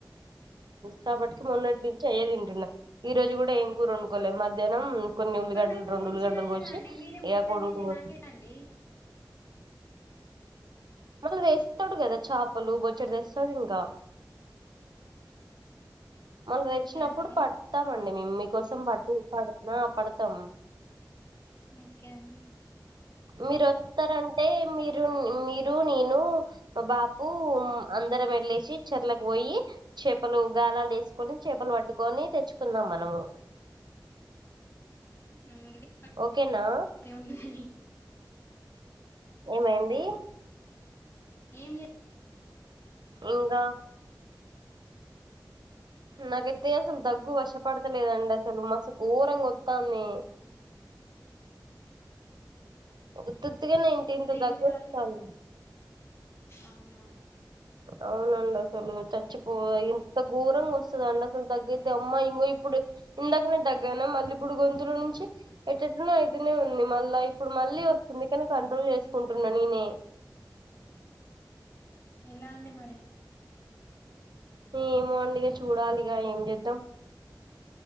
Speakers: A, on the right; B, on the left.
A: కాబటికి మొన్నటి నుంచి అయ్యే తింటున్నా ఈ రోజు కూడా ఏం కూర వండుకోలే మధ్యాహ్ం కొన్ని ఉల్లిగడ్డలు
B: మరి నా కోసం
A: రెండు
B: ముంచి
A: ఉల్లిగడ్డలు
B: రాలేదా
A: కోసి
B: అండి మీరే
A: ఇక
B: మొత్తం
A: కోడిగుడ్లు
B: తింటే
A: పోసి
B: నాకేటండి
A: కల్ తే స్తాడు కదా చేపలు బొచ్చడు తెస్తాడు ఇంకా మళ్న తెచ్చినప్పుడు
B: అంతే అంటారా
A: పడతామండి మేమ్ మీ కోసం పట్ ఆ పడతాము
B: ఓకే అండి
A: మీరు వొత్తరంటే మీరు మీరు నేను బాపు అందరం ఎళ్ళేసి చెర్లకు పోయి చేపలు గాలాలు ఎసుకొని చేపలు పట్టుకొని తెచ్చుకుందాం మనము
B: హ్మ్ <unintelligible>
A: ఓకేనా
B: ఏమున్నదనీ
A: ఏమైంది
B: ఏం లే
A: ఇంగా నాకైతే అసలు దగ్గు వశపడతలేదండి అసలు మస్తు గోరంగా వొత్తంది ఉత్తుత్తిగనే ఇంత ఇంత
B: స్నేహితురాలు
A: దగ్గు వస్తాంది
B: అవునా
A: అవునండి అసలు చచ్చిపో ఇంత గోరంగా వస్తదా అండి అసలు దగ్గుఐతే అమ్మా ఇంగొ ఇప్పుడు ఇందాకనె దగ్గాన మళ్ళీ ఇప్పుడు గొంతులో నుంచి ఎట్టెట్లనో అయితూనే ఉంది మళ్ళా ఇప్పుడు మళ్ళీ వస్తుంది కానీ కంట్రోల్ చేసుకుంటున్నా నేనే
B: ఎలా అండి మరి
A: ఏమోండి ఇగ చూడాలిగ ఏం చేద్దాం